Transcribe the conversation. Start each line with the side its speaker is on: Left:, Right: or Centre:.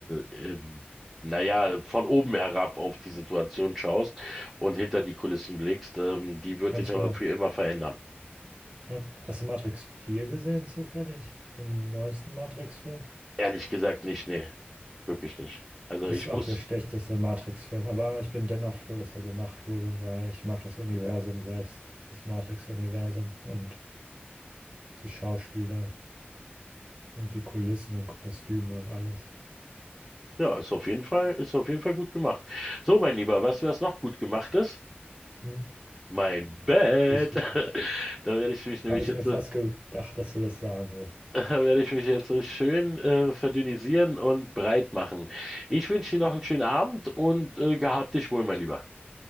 Centre: äh, äh, naja, von oben herab auf die Situation schaust und hinter die Kulissen blickst. Ähm, die wird
Right: Ganz
Centre: dich aber
Right: genau.
Centre: für immer verändern.
Right: Ja. Hast du Matrix vier gesehen, zufällig? Den neuesten Matrix-Film?
Centre: Ehrlich gesagt nicht, nee, wirklich nicht. Also
Right: Ist
Centre: ich
Right: auch
Centre: muss
Right: der schlechteste Matrix-Film, aber ich bin dennoch froh, dass er gemacht wurde, weil ich mag das Universum selbst, das Matrix-Universum und die Schauspieler und die Kulissen und Kostüme und alles.
Centre: Ja, ist auf jeden Fall, ist auf jeden Fall gut gemacht. So, mein Lieber, weißt du, was noch gut gemacht ist?
Right: Mhm.
Centre: Mein Bett.
Right: Schieß los.
Centre: <laughs> Da werde ich mich nämlich
Right: Habe ich
Centre: jetzt,
Right: mir fast
Centre: äh,
Right: gedacht, dass du das sagen wirst.
Centre: <laughs> da werde ich mich jetzt äh, schön äh, verdünnisieren und breit machen. Ich wünsche dir noch einen schönen Abend und äh, gehab dich wohl, mein Lieber.